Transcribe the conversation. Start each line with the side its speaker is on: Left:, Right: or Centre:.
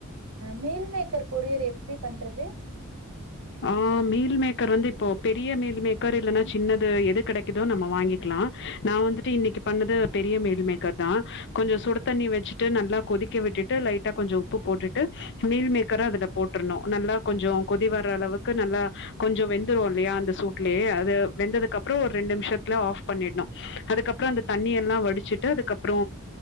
Right: மீன் மேக்கர் பொறியல் எப்டி பண்றது
Left: ஆ மீல் மேக்கர் வந்து இப்போ பெரிய மீல் மேக்கர் இல்லன்னா சின்னது எது கெடைக்குதோ நம்ம வாங்கிக்கலா நா வந்துட்டு இன்னைக்கு பண்ணது பெரிய மீல் மேக்கர் தா கொஞ்சோ சுடு தண்ணி வச்சிட்டு நல்லா கொதிக் க விட்டுட்டு லைட்டா கொஞ்சோ உப்பு போட்டுட்டு மீல் மேக்கரு அதுல போட்ரணு நல்லா கொஞ்சோ கொதி வர்ற அளவுக்கு நல்லா கொஞ்சோ வெந்துரு இல்லையா அந்த சூ ட்லயே அது வெந்ததுக்கு அப்புறோ ஒரு ரெண்டு நிமிஷத்துல ஆஃப் பண்ணிடணு அதுக்கப்றோ அந்த தண்ணி எல்லா வடிச்சுட்டு அதுக்கப்றோ